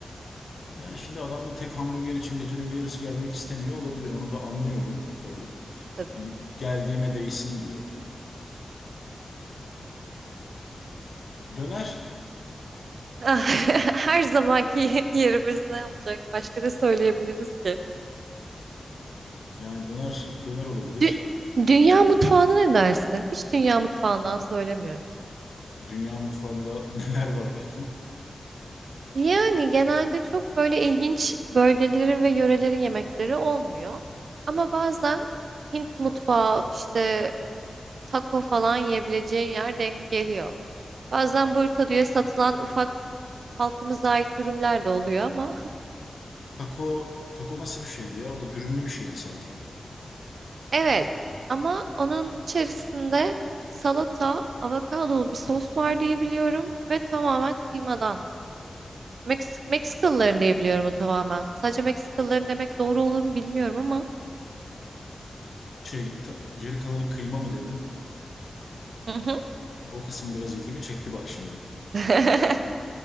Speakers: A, on the left (about 75°); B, on the right (about 80°).
A: yani şimdi adam da tek hamburger için gecenin bir yarısı gelmek istemiyor olabilir. Onu da anlıyorum tabii.
B: Tabii.
A: Hani geldiğime değsin diyor. Döner
B: Ah, <laughs> Her zamanki yerimiz ne yapacak? Başka ne söyleyebiliriz ki?
A: yani döner döner olabilir.
B: Dü- dünya mutfağına ne dersin? Hiç dünya mutfağından söylemiyoruz.
A: Dünya mutfağında <laughs> neler var peki?
B: Yani genelde çok böyle ilginç bölgelerin ve yörelerin yemekleri olmuyor. Ama bazen Hint mutfağı işte taco falan yiyebileceğin yer denk geliyor. Bazen burrito diye satılan ufak halkımıza ait dürümler de oluyor ama. <laughs>
A: Taco taco nasıl bir şeydi ya? O da dürümlü bir şeydi sanki.
B: Evet ama onun içerisinde salata, avokadolu bir sos var diye biliyorum ve tamamen kıymadan. Meks Meksikalıların diye biliyorum o tamamen. Sadece Meksikalıların demek doğru olur mu bilmiyorum ama.
A: Şey ta- geri kalanı kıyma mı dedin?
B: Hı hı.
A: O kısım biraz ilgimi çekti bak şimdi.
B: <laughs>